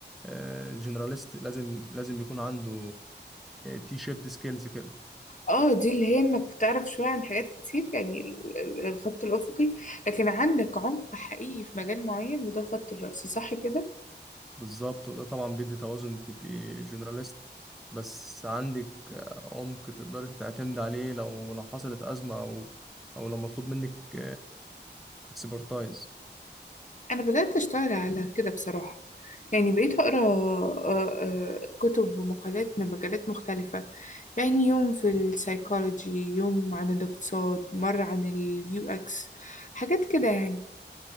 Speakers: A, in the centre; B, on the left (about 45°).
A: آه، الجنراليست لازم لازم يكون عنده تي شيبد سكيلز كده
B: اه دي اللي هي انك تعرف شوية عن حاجات كتير يعني ال- ال- الخط الأفقي لكن عندك عمق حقيقي في مجال معين وده الخط الرأسي صح كده؟
A: بالظبط وده طبعا بيدي توازن تبقي جنراليست بس عندك آه، عمق تقدري تعتمد عليه لو لو حصلت أزمة او او لو مطلوب منك اكسبرتايز
B: أنا بدأت أشتغل على كده بصراحة يعني بقيت أقرأ آه، آه، كتب ومقالات من مجالات مختلفة يعني يوم في السايكولوجي يوم عن الاقتصاد مرة عن اليو اكس حاجات كده يعني